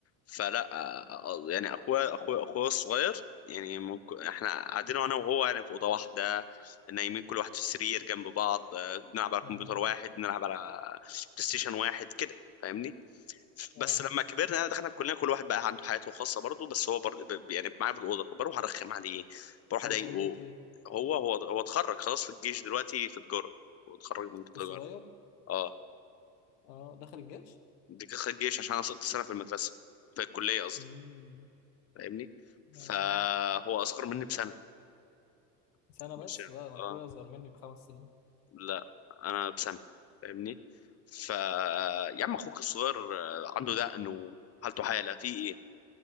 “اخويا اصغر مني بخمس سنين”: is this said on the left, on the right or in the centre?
Left